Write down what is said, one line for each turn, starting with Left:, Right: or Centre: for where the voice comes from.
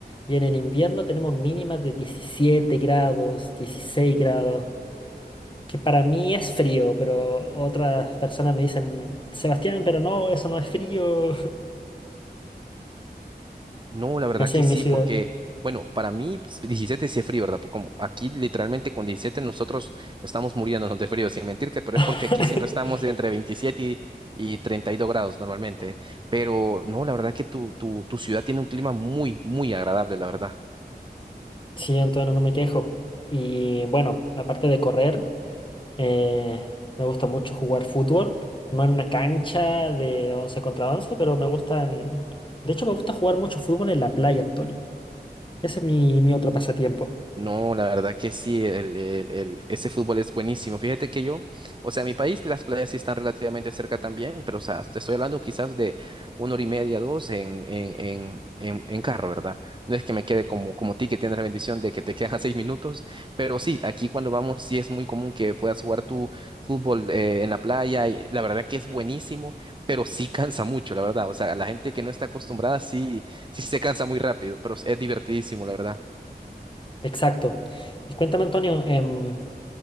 Left: Y en el invierno tenemos mínimas de 17 grados, 16 grados, que para mí es frío, pero otras personas me dicen, Sebastián, pero no, eso no es frío.
Right: No,
Left: <laughs>
Right: la verdad
Left: Nací
Right: que
Left: en
Right: sí,
Left: mi ciudad.
Right: porque, bueno, para mí pues, 17 sí es frío, ¿verdad? Porque como aquí literalmente con 17 nosotros estamos muriéndonos de frío, sin mentirte, pero es porque
Left: <laughs>
Right: aquí siempre estamos de entre 27 y, y 32 grados normalmente. Pero no, la verdad que tu, tu, tu ciudad tiene un clima muy, muy agradable, la verdad.
Left: Sí, entonces no me quejo. Y bueno, aparte de correr. Eh, me gusta mucho jugar fútbol, no en una cancha de 11 contra once pero me gusta en... De hecho, me gusta jugar mucho fútbol en la playa, Antonio. Ese es mi, mi otro pasatiempo.
Right: No, la verdad que sí, el, el- el- ese fútbol es buenísimo. Fíjate que yo, o sea, en mi país las playas sí están relativamente cerca también, pero o sea, te estoy hablando quizás de una hora y media, dos en, en, en, en, en carro, ¿verdad? No es que me quede como, como ti, que tienes la bendición de que te quedan <laughs> seis minutos, pero sí, aquí cuando vamos sí es muy común que puedas jugar tu fútbol eh, en la playa y la verdad que es buenísimo, pero sí cansa mucho, la verdad. O sea, la gente que no está acostumbrada sí, sí se cansa muy rápido, pero es divertidísimo, la verdad.
Left: Exacto. Y cuéntame, Antonio, em,